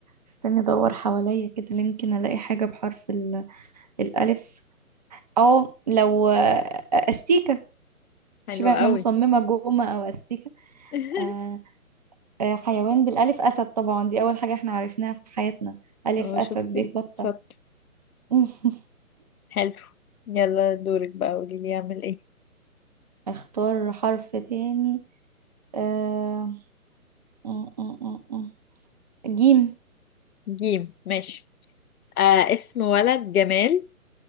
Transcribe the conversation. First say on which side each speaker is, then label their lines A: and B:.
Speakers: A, on the right; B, on the left.
A: استني ادور حواليا كده يمكن الاقي حاجه بحرف ال- الالف اه لو آه، استيكه
B: حلو
A: شوفي انا
B: قوي
A: مصممه جومه او استيكه
B: <laughs>
A: آه، آه، حيوان بالألف أسد طبعا دي أول حاجة احنا عرفناها في حياتنا ألف
B: هو
A: أسد
B: شفتي
A: بيت بطة
B: شاطر
A: <laughs>
B: حلو يلا دورك بقى قولي لي اعمل ايه
A: اختار حرف تاني آه... م- م- م- م. جيم
B: جيم ماشي آه اسم ولد جمال